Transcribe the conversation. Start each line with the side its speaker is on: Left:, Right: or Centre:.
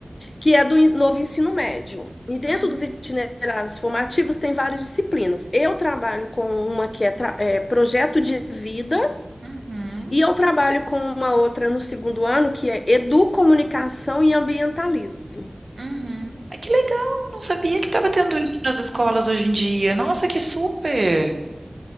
Left: que é do en- novo ensino médio. E dentro
Right: Hum,
Left: dos itinerários formativos tem várias disciplinas. Eu trabalho com uma que é, tra- é projeto de vida
Right: Uhum.
Left: e eu trabalho com uma outra no segundo ano que é educomunicação e ambientalismo.
Right: Uhum. Ai, que legal, eu não sabia que estava tendo isso nas escolas hoje em dia. Nossa, que super!